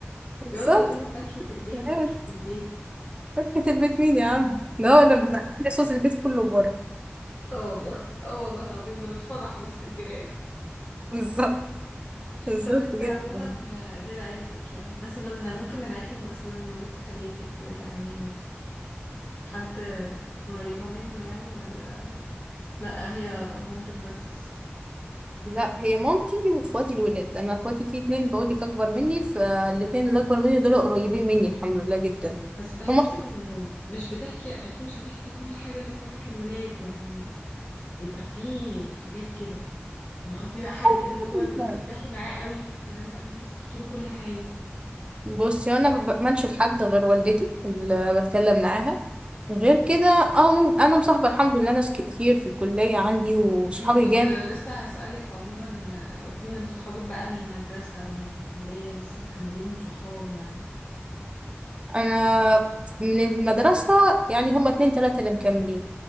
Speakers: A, on the right (about 25°); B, on the left (about 35°).
A: بالظبط
B: بيقعدوا يقولوا فاكهة البيت
A: يعني
B: فاكهة البيت
A: فكرة البيت مين يا عم ده هو اللي بنعلي صوت البيت كله بره
B: اه والله اه والله العظيم بنتفضح وسط الجيران
A: بالظبط بالظبط
B: طب انت
A: جدا
B: عموما غير عيلتك يعني مثلا ممكن من عيلتك مثلا ولاد خالاتك ولاد عمامك حد قريبة منه يعني ولا لأ هي مامتك بس
A: لا هي مامتي واخواتي الولاد انا اخواتي في اتنين بقول لك اكبر مني فالاتنين اللي اكبر مني دول قريبين مني الحمد لله جدا
B: بس بحس
A: هما
B: انه مش بتحكي اكيد مش هتحكي كل حاجة لاخواتك الولاد يعني بيبقى فيه حاجات كده انا قصدي بقى حد
A: <laughs>
B: اللي هو بترتاحي معاه قوي في الكلام ده ممكن تحكي له كل حاجة
A: بصي انا ما بأمنش لحد غير والدتي اللي بتكلم معاها غير كده اه ممكن انا مصاحبه الحمد لله ناس كتير في الكليه عندي وصحابي
B: مم، كنت
A: جامد
B: لسه هسألك عموما لو في من صحابك بقى من المدرسة أو من الكلية لسه مكملين صحاب يعني
A: انا من المدرسه يعني هما اتنين تلاته اللي مكملين